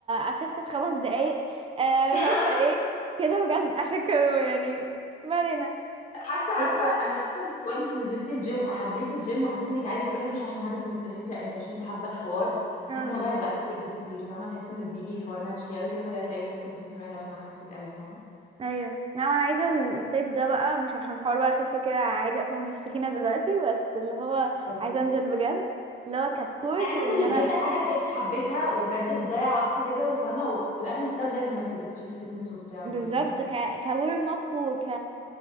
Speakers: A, on the right; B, on the left.
A: اخس في خمس دقايق آه
B: <laughs>
A: مش عارفه ايه كده بجد عشان كانوا يعني ما علينا
B: حاسه عارفه
A: بس
B: انا حاسه انك وانس نزلت الجيم وحبيت الجيم وحسيت انك عايزه تروحي مش عشان هدف انك تخسي لا انت عشان انت حابه الحوار
A: اه
B: حاسه الموضوع هيبقى اسهل لك بكتير فاهمه هتحسي ان بيجي الحوار ناتشلي قوي كده فجاه تلاقي نفسك بصي هنا لو انا حسيت قوي فاهمه
A: ايوه لا انا عايزه الصيف ده بقى مش عشان حوار بقى اخس كده عادي اصلا مش تخينه دلوقتي بس اللي هو
B: طب لذيذ.
A: عايزه انزل بجد اللي هو كسبورت
B: انا عايزه
A: وان
B: انزل اللي
A: انا
B: بجد حاجه بجد حبيتها وبجد بتضيع وقت كده وفاهمه وفي الاخر انت بتاخدي بالك من نفسك ستريس فيتنس وبتاع
A: بالظبط
B: وكده فاهمه
A: ك كورم اب وك